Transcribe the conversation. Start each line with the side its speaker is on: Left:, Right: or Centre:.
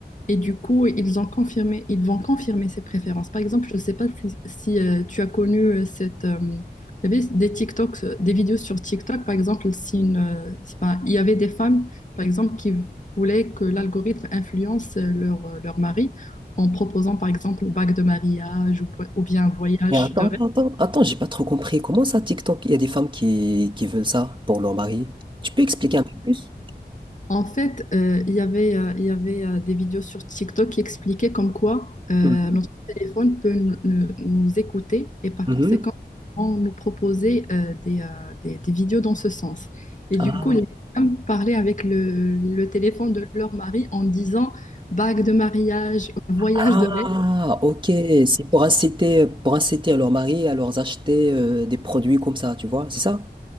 Left: Et du coup, ils ont confirmé, ils vont confirmer ces préférences. Par exemple, je ne sais pas si, si, euh, tu as connu euh, cette, euh, il y avait des TikToks, euh, des vidéos sur TikTok, par exemple, si une, euh, c'est pas- il y avait des femmes, par exemple, qui voulaient que l'algorithme influence euh, leur, euh, leur mari en proposant, par exemple, bague de mariage ou, ou bien un voyage
Right: Mais attends,
Left: de rêve.
Right: attends, attends, attends, j'ai pas trop compris. Comment ça, TikTok, il y a des femmes qui, qui veulent ça pour leur mari? Tu peux expliquer un peu plus?
Left: En fait, euh, il y avait, euh, il y avait euh, des vidéos sur TikTok qui expliquaient comme quoi euh,
Right: Mhm,
Left: notre téléphone peut nous, nous- nous écouter et par
Right: mhm.
Left: conséquent, on nous proposait euh, des, euh, des- des vidéos dans ce sens. Et
Right: Ah,
Left: du coup, les femmes parlaient avec le, le téléphone de leur mari en disant bague de mariage, voyage
Right: ah,
Left: de rêve.
Right: ok. C'est pour inciter, pour inciter à leur mari à leur acheter euh, des produits comme ça, tu vois, c'est ça?